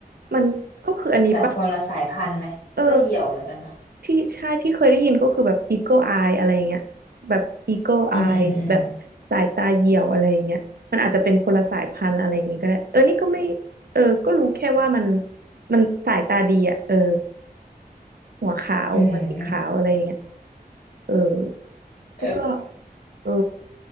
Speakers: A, on the right; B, on the left.
A: มันก็คืออันนี้ปะ
B: แต่คนละสายพันธุ์ไหมก็เหยี่ยวเหมือนกันปะ
A: เออ ที่ใช่ที่เคยได้ยินก็คือแบบ Eagle Eye อะไรอย่างเงี้ยแบบ Eagle
B: อืมอืมอืม
A: Eyes แบบสายตาเหยี่ยวอะไรอย่างเงี้ยมันอาจจะเป็นคนละสายพันธุ์อะไรอย่างงี้ก็ได้เออนี่ก็ไม่เออก็รู้แค่ว่ามันมันสายตาดีอ่ะเออหัวขาวหัวสีขาวอะไรอย่างเงี้ย
B: อืม
A: เออแล้วก็
B: เออ
A: เออ